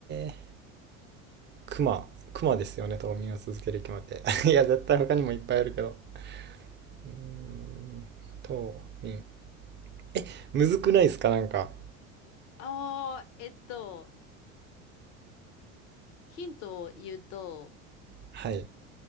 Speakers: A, on the right; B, on the left.
A: ー、クマ。クマですよね、冬眠を続ける生き物って。<laughs> いや、絶対他にもいっぱいあるけど。うーん、冬眠。え、むずくないですか、なんか。
B: ああ、えっと、ヒントを言うと、
A: はい。